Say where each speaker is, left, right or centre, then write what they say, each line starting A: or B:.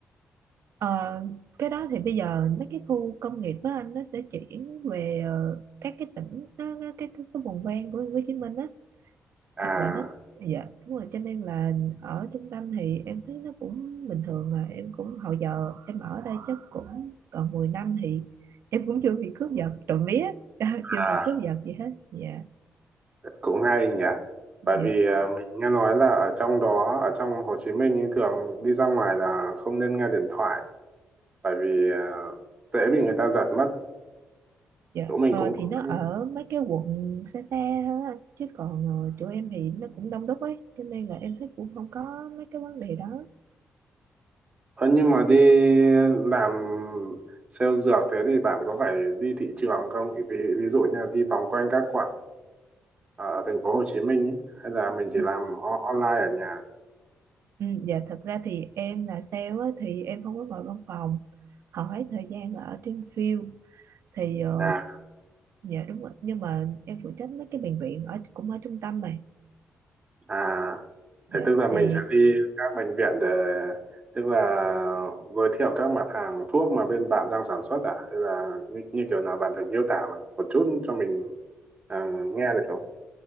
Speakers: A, on the right; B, on the right.
A: Ờ, cái đó thì bây giờ mấy cái khu công nghiệp á anh nó sẽ chuyển về ờ, các cái tỉnh nó, nó, cái, cái cái vùng ven của Hồ Chí Minh á
B: à
A: thật là nó dạ đúng rồi cho nên là ở trung tâm thì em thấy nó cũng bình thường à em cũng hồi giờ em ở đây chắc cũng còn 10 năm thì em cũng chưa bị cướp giật trộm vía <laughs>
B: À,
A: chưa bị cướp giật gì hết dạ
B: cũng hay nhỉ
A: dạ
B: bởi vì à, mình nghe nói là ở trong đó ở trong Hồ Chí Minh ý, thường đi ra ngoài là không nên nghe điện thoại bởi vì à, dễ bị người ta giật mất
A: Dạ,
B: chỗ mình
A: ờ,
B: cũng có
A: thì nó ở mấy cái quận xa xa thôi anh chứ còn ờ, chỗ em thì nó cũng đông đúc ấy cho nên là em thấy cũng không có mấy cái vấn đề đó
B: Ờ, nhưng mà đi làm sale dược thế thì bạn có phải đi thị trường không? Ví, ví dụ như là đi vòng quanh các quận ở thành phố Hồ Chí Minh ý, hay là mình chỉ
A: ừ,
B: làm o- online ở nhà.
A: ừ, dạ thật ra thì em là sale á, thì em không có ngồi văn phòng hỏi thời gian là ở trên field thì ờ,
B: À,
A: dạ đúng rồi nhưng mà em phụ trách mấy cái bệnh viện ở cũng ở trung tâm mà
B: à,
A: dạ
B: thế tức là mình
A: thì
B: sẽ đi các bệnh viện để tức là giới thiệu các mặt hàng thuốc mà bên bạn đang sản xuất à? Hay là như, như kiểu nào bạn thử miêu tả một chút cho mình ờ, nghe được không?